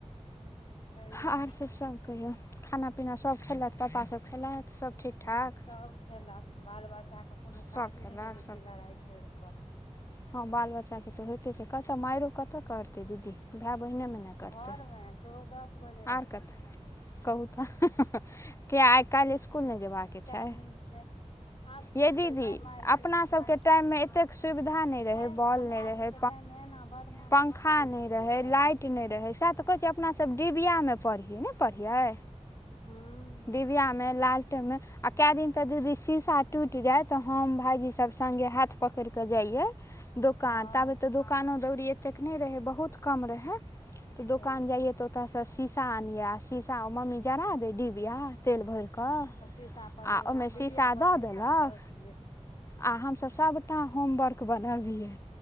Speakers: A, on the left (about 50°); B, on the left (about 25°).
A: छैहे छै।
B: आर सब सभ कहियौ, खाना पीना सभ खेलत पप्पा सभ खेलत सभ। ठीक
A: हाँ
B: ठाक
A: सब खेलक। बाल बच्चाके कोनो
B: सभ
A: काज
B: खेलक
A: नै रहै छैय लड़ाइ छोड़ कऽ।
B: हाँ बाल बच्चाके तऽ होयइते छैय, कतऽ माइरो कतऽ करते दीदी भाय बहिनेमे ने करतै,
A: घर मे सेहो दस बजे राति
B: आर कतै,
A: मे
B: कहुँ तऽ किए काइल स्कुल नै जेबाक
A: टाइमिंग
B: छै।
A: छै आब सुततै
B: यै दीदी
A: नहि मारि
B: अपना
A: पीट कऽ
B: सभके टाइममे एतेक सुबिधा नै रहै,
A: हे
B: बॉल
A: हमरा
B: नै रहै,
A: सबके टाइम मे एना बदमाशी
B: पंखा
A: करै
B: नै
A: छलियै
B: रहै, लाइट नै रहै सभ तऽ कहै छैय अपना सब डिबियामे पढ़ियै, ने पढ़ियै।
A: हूँ।
B: डीबियामे, लालटेनमे आ कै दिन त दीदी शीशा टूइट जेत तऽ हम भाईजी सब संगङ्गे हाथ पकड़ कऽ जाइयए दोकान
A: हँ
B: ताबे तऽ दो दोकानो दौरी एतेक नै रहे बहुत कम रहे त
A: छैहे
B: दोकान जाइयै तऽ ओतय से शीशा आनिये, शीशा मम्मी जरा दे डिबया तेल भर कऽ
A: तऽ शीशा पर
B: ओ मे
A: डिबिया
B: शीशा
A: पर
B: दऽदेलक
A: शीशा दऽ दियै
B: आ हम सभ सबटा होमवर्क बनबिहै